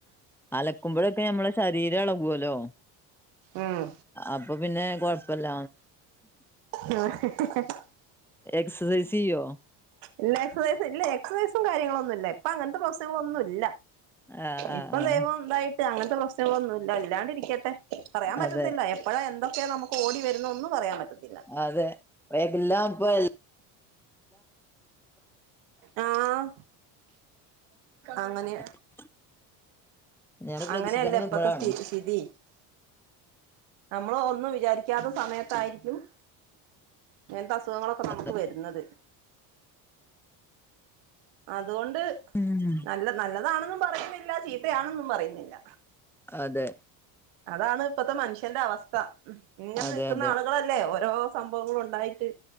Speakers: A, in the centre; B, on the right.
A: അലക്കുമ്പോഴൊക്കെ നമ്മെ ശരീരം ഇളകുവല്ലോ.
B: ഉം
A: അപ്പൊ പിന്നെ കൊഴപ്പല്ല.
B: <inaudible>
A: എക്സസൈസ് ചെയ്യോ?
B: ഇല്ല എക്സസൈസും ഇല്ല എക്സസൈസും കാര്യങ്ങളൊന്നുമ ഇപ്പ അങ്ങനത്തെ പ്രശ്നങ്ങളൊന്നും ഇല്ല.
A: ആഹ് ആഹ്
B: ഇപ്പൊ
A: ആഹ്
B: ദൈവം എന്തായി. അങ്ങനത്തെ പ്രശ്നങ്ങളൊന്നുമ ഇല്ല ഇല്ലാണ്ട് ഇരിക്കട്ടെ പറയാൻ പറ്റത്തില്ല.
A: അതെ
B: എപ്പോഴാ എന്തൊക്കെയ നമുക്ക്. കോ ഓടി വരുന്നു ഒന്നും പറയാൻ പറ്റത്തില്ല.
A: അതെ എല്ലാം ഇപ്പൊ
B: ആഹ അങ്ങനെ
A: <inaudible> ഞമ്മള് പ്രതീക്ഷിക്കാതെ
B: അങ്ങനെയല്ല
A: നിക്കുമ്പഴാണ്
B: ഇപ്പത്തെ സ്ഥ സ്ഥിതി. നമ്മൾ ഒന്നും വിചാരിക്കാത്ത സമയത്തായിരിക്കും. എങ്ങനന്ത അസുഖങ്ങളൊക്കെ നമുക്ക്
A: അതെ
B: വരുന്നത്. അതുകൊണ്ട്
A: ഉം.
B: നല്ല നല്ലതാണെന്നും പറയുന്നില്ല ചീത്തയാണും പറയുന്നില്ല.
A: അതെ
B: അതാണ് ഇപ്പത്തെ മനുഷ്യന്റെ അവസ്ഥ. ഉ ഇങ്ങനെ
A: അതെ
B: നിക്കുന്ന
A: അതെ
B: ആളുകളല്ലേ ഓരോ സംഭവങ്ങളും ഉണ്ടായിട്ട്.